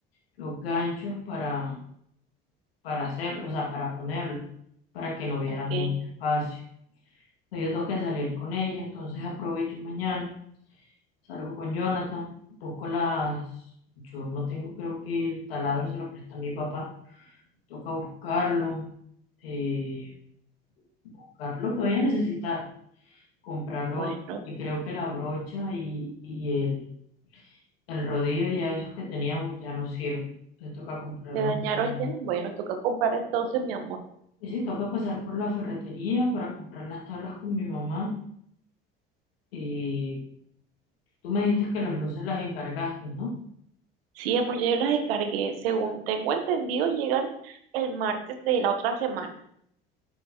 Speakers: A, on the left; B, on the right.
A: los ganchos para, para hacerlo, o sea, para ponerlo, para que no hubiera
B: Ok,
A: mucho espacio. Entonces, Yo tengo que salir con ella, entonces aprovecho mañana, salgo con Jonathan, busco las... Yo no tengo, creo que el taladro se lo presta a mi papá, toca buscarlo, eh, buscar lo que vaya a necesitar. comprar lo
B: bueno,
A: otro, porque creo que la brocha y, y el, el rodillo ya esos que teníamos ya no sirven. Entonces toca comprar
B: ¿se dañaron
A: uno. nuevo.
B: ya? Bueno, toca comprar entonces, mi amor.
A: Y sí, toca pasar por la ferretería para comprar las tablas con mi mamá. Y tú me dijiste que las luces las encargaste, ¿no?
B: Sí, amor, ya yo las encargué. Según tengo entendido, llegan el martes de la otra semana.